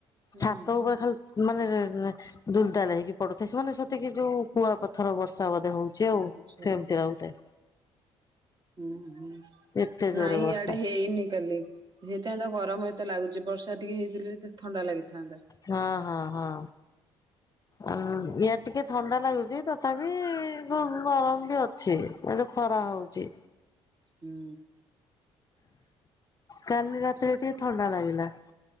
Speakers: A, on the right; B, on the left.
A: ହୁଁ
B: ଛାତ ଉପରେ ଖାଲି ମାନେ ଦୁଲତାାଲ ହେଇକି ପଡୁଥାଏ ସେମାନେ ସେତିକି ଯୋଉ କୁଆ ପଥର ବର୍ଷା ବୋଧେ ହଉ। ଯେଉ
A: ଆଚ୍ଛା
B: ସେମିତି ରହୁଥାଏ।
A: ହୁଁ ହଁ
B: ଏତେ ଜୋରେ
A: ନାଇଁ
B: ବର୍ଷା
A: ଇଆଡେ ହେଇନି କାଲି। ହେଇଥାନ୍ତା ଗରମ ଏତେ ଲାଗୁଛି ବର୍ଷା ଟିକେ ହେଇଥିଲେେ ଥଣ୍ଡା ଲାଗିଥାନ୍ତା।
B: ହଁ ହଁ ହଁ। ଆ ୟା ଟିକେ ଥଣ୍ଡା ଲାଗୁଚି ତଥାପି ଗରମ ବି ଅଛି। ଏତୁ ଖରା ହଉଛି।
A: ହୁଁ।
B: କାଲି ରାତିରେ ଟିକେ ଥଣ୍ଡା ଲାଗିଲା।